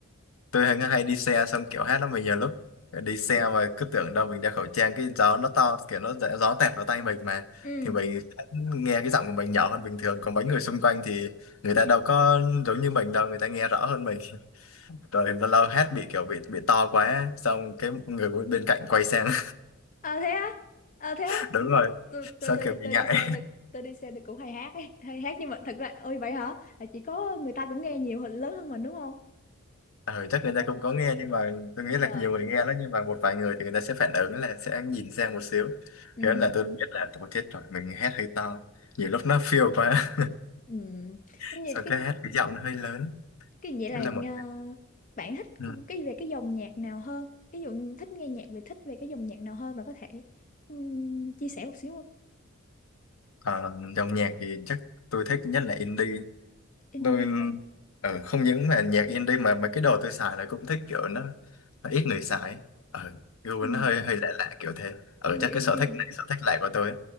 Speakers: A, on the left; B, on the left.
A: tôi hay, hay đi xe xong kiểu hát lắm mình nhiều lúc đi xe mà cứ tưởng đâu mình đeo khẩu trang cái gió nó to kiểu nó dễ- gió tẹt vào tay mình mà
B: ừ.
A: thì mình nghe cái giọng của mình nhỏ hơn bình thường còn mấy người xung quanh thì người ta đâu có giống như mình đâu người ta nghe rõ hơn mình <laughs> rồi lâu lâu hát bị kiểu bị bị to quá xong cái người bên cạnh quay sang
B: Ờ thế á. Ờ thế á.
A: <laughs> đúng rồi
B: Ờ, Tôi tôi
A: sao
B: tôi
A: kiểu bị
B: tôi
A: ngại
B: đi xe tôi tôi đi xe tôi cũng hay hát ấy, hay hát nhưng mà thật ra ôi vậy hả? Là chỉ có người ta cũng nghe nhiều hơn lớn hơn mình đúng không?
A: ừ, chắc người
B: Ôi,
A: ta cũng có nghe nhưng mà tôi
B: ôi
A: nghĩ là
B: trời.
A: nhiều người nghe lắm nhưng mà một vài người thì người ta sẽ phản ứng là sẽ nhìn sang một xíu
B: Ừ.
A: thế nên là tôi biết là tôi chết rồi mình hét hơi to nhiều lúc nó feel quá
B: Ừ.
A: <laughs>
B: Như vậy
A: sau
B: cái
A: cái hét cái giọng nó hơi lớn
B: Cái vậy là
A: thế là một
B: ờ, bạn thích
A: ừ.
B: cái về cái dòng nhạc nào hơn? Ví dụ thích nghe nhạc về thích về cái dòng nhạc nào hơn bạn có thể ừm, chia sẻ một xíu không?
A: Ờ, dòng nhạc thì chắc tôi thích nhất là indie
B: Indie
A: tôi
B: hả?
A: ờ, không những mà nhạc indie mà mấy cái đồ tôi xài là cũng thích kiểu nó, nó ít người xài ở gu
B: Ừ,
A: nó hơi hơi lạ lạ kiểu thế ở
B: gu
A: chắc cái
B: indie
A: sở thích này
B: hả?
A: sở thích lại của tôi á.